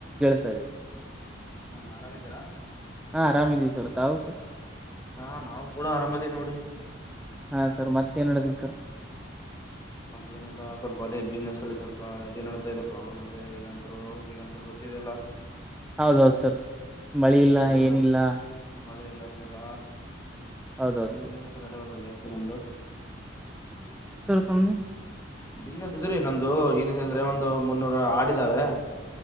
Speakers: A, in the centre; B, on the left.
A: ಸರಿ, ಸರ್? <inaudible>
B: ಹಾ, ಆರಾಮಿದ್ದೀರಾ? <inaudible>
A: ಹಾ, ಆರಾಮಿದೀವಿ, ಸರ್, ತಾವು, ಸರ್. <unintelligible>
B: ಹಾ, ನಾವು, ಕೂಡ, ಅರಮಿಧಿ, ನೋಡಿ? <unintelligible>
A: ಹಾ, ಸರ್, ಮತ್ತೇನ್, ಹೇಳಿದು, ಸರ್? <unintelligible>
B: ಮತ್ತೇನಿಲ್ಲ, ಸ್ವಲ್ಪ, ಅದೇ ಬಿಸ್ನೆಸ್, ಅಲ್ಲಿ, ಸ್ವಲ್ಪ ಇದೇ ನಡತಾ ಇದೆ ಪ್ರಾಬ್ಲಮ್ ನಡತಾ ಇದೆ ಈಗಂತ್ರು, ಈಗಂತರು, ಗೊ? <inaudible> ಇದೆಲ್ಲ! <inaudible>
A: ಹೌದೌದು, ಸರ್, ಮಳಿ, ಇಲ್ಲ,
B: ಅದು ಏನ
A: ಏನಿಲ್ಲ? <inaudible>
B: ಮಳೆ, ಇಲ್ಲಾ, ಏನಿಲ್ಲ
A: ಹೌದೌದ್ರಿ
B: ಬಿಸ್ನೆಸ್, ಅಂತ ನಡೆಯವಲ್ಲ, ಜಾಸ್ತಿ, ನಮ್ದು. <inaudible>
A: ತಮ್ಮ. <inaudible>
B: ಬಿಸ್ನೆಸ್, ಇದ್ರೀ, ನಮ್ಧು, ಏನಿದ್ರೆ, ಅಂದ್ರೆ, ಒಂದು ಮುನ್ನೂರ, ಆಡಿದಾವೆ! <inaudible>